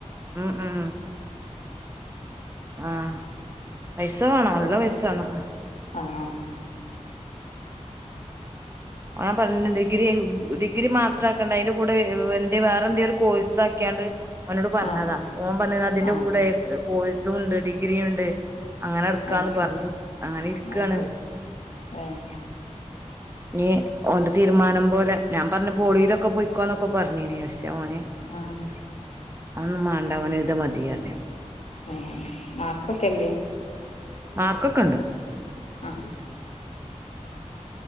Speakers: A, on the right (about 20°); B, on the left (about 60°).
A: ഉം ഉം ആഹ് പൈസ വേണം നല്ല
B: ഓള്
A: പൈസ വേണം
B: ആഹ്
A: <unintelligible> ഡിഗ്രി ഡിഗ്രി മാത്ര ആക്കേണ്ട അതിന്റെ കൂടെ എ വേറെ എന്തെ ഒരു കോഴ്സ് ആക്കിയാണ്ട് ഓനോട്‌ പറഞ്ഞതാ
B: ആഹ് ആഹ്
A: ഓൻ പറഞ്ഞ അതിന്റെ
B: ആഹ്
A: കൂടെ പോയിട്ടോണ്ട് ഡിഗ്രി ഉണ്ട് അങ്ങനെ എടുക്കാന്ന്
B: ഏഹ്
A: പറഞ്ഞു അങ്ങനെ ഇരിക്കയാണ്
B: അത് ശരി ഏഹ്
A: നീ ഓന്റെ തീരുമാനം പോലെ ഞാൻ പറഞ്ഞ പോളിയിലൊക്കെ പൊയ്ക്കോന്നൊക്കെ പറഞ്ഞീനി പക്ഷെ ഓന്
B: ആഹ്
A: അതൊന്നും മണ്ടാവന് ഇത് മ <unintelligible>
B: ഏഹ് മാർക്കൊക്കെല്ലേ
A: മാർക്കൊക്കെ ഉണ്ട്
B: ആഹ്